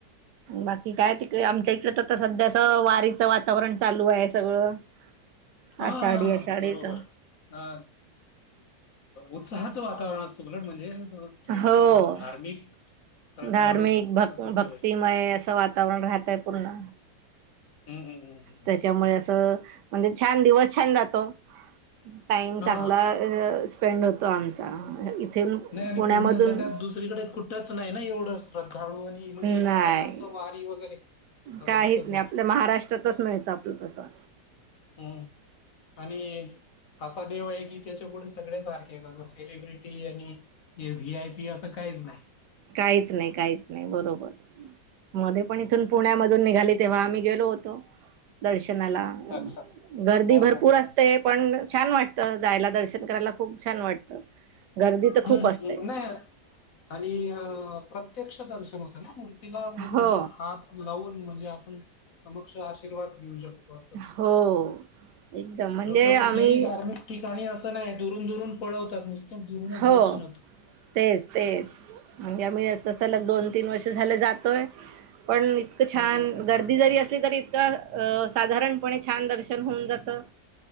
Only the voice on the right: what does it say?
बाकी काय तिकडे आमच्या इकड तर सध्याच वारीचं वातावरण चालू आहे सगळं
आषाढी
आषाढीच
हो
धार्मिक भक्
भक्तिमय असं वा वातावरण राहतय पूर्ण
त्याच्यामुळे असं म्हणजे छान दिवस छान जातो टाईम
चांगला
स्पेंड होतो आम तर इथे
पुण्यामधून
नाही
काहीच
नाही आपल्या महाराष्ट्रातच नाही सापडत आता.
काहीच नाही काहीच नाही बरोबर मध्ये पण इथून पुण्यामधून निघाली तेव्हा आम्ही गेलो होतो. दर्शनाला
गर्दी
भरपूर
असते. ते पण छान वाटत जायला दर्शन करायला खूप छान वाटत गर्दी तर
खूप
असते.
हो
हो एकदम म्हणजे
आम्ही
हो
तेच तेच म्हणजे आम्ही त सलग दोन तीन वर्ष झाले जातोय पण इ छान
गर्दी जरी असली तरी इतका अ साधारण पने छान दर्शन होऊन जात.